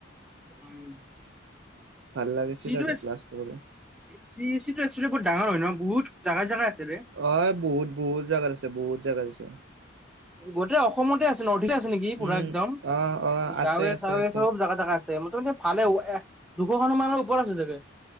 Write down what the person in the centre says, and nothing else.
উম'।
চি টো
চি চি টো এক্সুৱেলী বহুত ডাঙৰ হয় ন বহুত জাগাই জাগাই আছে ৰে।
গোটেই অসমতে আছে নৰ্থ ইষ্টতে আছে নেকি পুৰা
একদম,
গাঁৱে-চাঁৱে
চব জাগা জাগা আছে। আছে। মোটামুটি ভালে এক দুশখন মানৰ ওপৰত আছে চাগে?